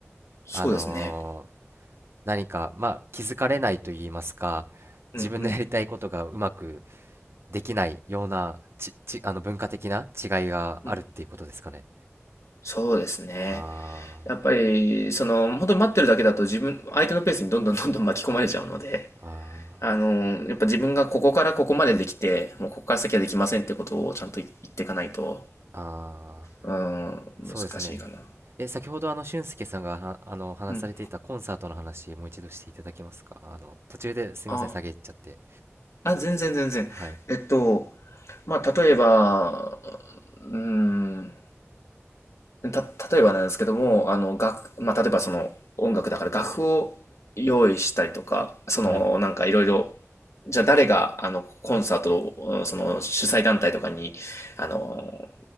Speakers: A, on the left; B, on the right.
A: そうですね。
B: あのー何か、まあ、気づかれないと言いますか、自分のやりたいことがうまく
A: うん、うん、
B: できないような、ち、ち、あの、文化的な違いがあるっていうことですかね。
A: うん。そうですね。
B: あ
A: やっぱり、その、本当に待ってるだけだと自分、相手のペースにどんどんどんどん巻き込まれちゃうので、
B: あ、あ
A: あのーやっぱ自分がここからここまでできて、もうここから先はできませんってことをちゃんと言っていかないと、
B: あ、ああ。
A: うーん、難しいかな。
B: そうですね。え、先ほどあの俊介さんがはあの話されていたコンサートの話、
A: うん。
B: もう一度していただけますかあの、途中ですいません、
A: あ
B: 下げっちゃって。
A: あ、全然全然。
B: はい。
A: えっと、まあ、例えば、うーん、た、例えばなんですけども、あの、楽、まあ、例えばその音楽だから楽譜を用意したりとか、その、
B: はい。
A: なんかいろいろ、じゃあ誰が、あの、コンサートを、うんその、主催団体とかに、あの、